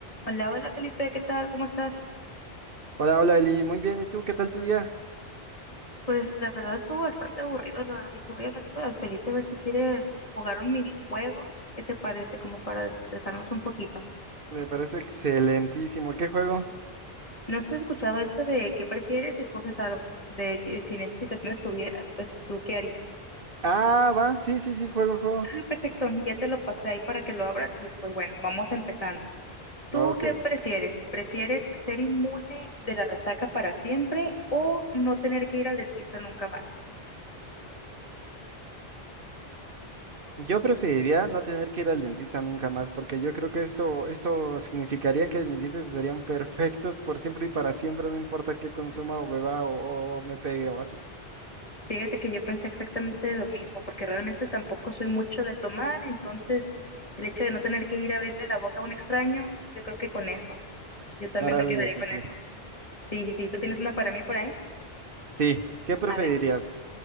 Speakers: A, on the left; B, on the right.
A: Hola, hola Felipe, ¿qué tal? ¿Cómo estás?
B: Hola, hola Eli, muy bien, ¿y tú? ¿Qué tal tu día?
A: Pues la verdad estuvo bastante aburrido, la verdad dije voy a hablar con el Felipe a ver si quiere jugar un minijuego. ¿Qué te parece? Como para desestresarnos un poquito.
B: Me parece excelentísimo, ¿qué juego?
A: ¿No has escuchado este de qué prefieres si escoges algo? De que si en esa situación estuvieras, pues tú qué harías.
B: Ah, va, sí, sí, sí, juego, juego.
A: Ah, perfecto, ya te lo pasé ahí para que lo abras y pues bueno, vamos empezando. ¿Tú
B: Ok,
A: qué prefieres? ¿Prefieres ser inmune de la resaca para siempre o no tener que ir al dentista nunca más?
B: yo preferiría no tener que ir al dentista nunca más, porque yo creo que esto, esto significaría que mis dientes estarían perfectos por siempre y para siempre, no importa qué consuma o beba o, o me pegue o así.
A: Fíjate que yo pensé exactamente lo mismo, porque realmente tampoco soy mucho de tomar, entonces el hecho de no tener que ir a abrirle la boca a un extraño, yo creo que con eso, yo también
B: Maravilloso,
A: me quedaría con
B: sí.
A: eso. Sí, sí, sí, ¿tú tienes una para mí por ahí?
B: Sí, ¿qué preferirías?
A: A ver,